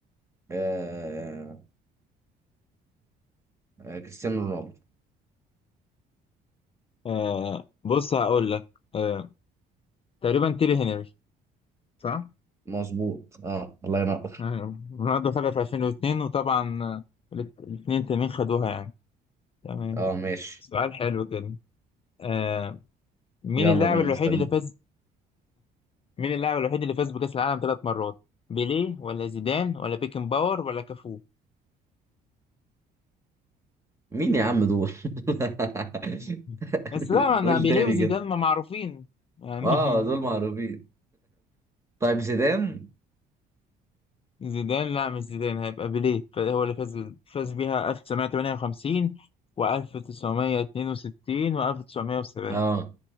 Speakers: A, on the right; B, on the left.
A: آه آه، كريستيانو رونالدو
B: آه بص هقول لك آه تقريبا تيري هنري صح؟
A: مظبوط اه الله ينور
B: آه، رونالدو خدها في 2002 وطبعا آه، الات- الاتنين تانيين خدوها يعني تمام
A: اه ماشي
B: سؤال حلو كده آه مين
A: يلا
B: اللاعب
A: بينا
B: الوحيد
A: مستني
B: اللي فاز مين اللاعب الوحيد اللي فاز بكأس العالم ثلاث مرات؟ بيليه ولا زيدان ولا بيكن باور ولا كافو؟
A: مين يا عم دول <laughs>
B: <laughs> بس لا انا
A: قول
B: بيليه
A: تاني
B: وزيدان
A: كده
B: ما معروفين يعني
A: اه
B: <laughs>
A: دول معروفين <laughs> طيب زيدان
B: زيدان لا مش زيدان هيبقى بيليه هو اللي فاز فاز بيها 1958 و1962 و1970
A: اه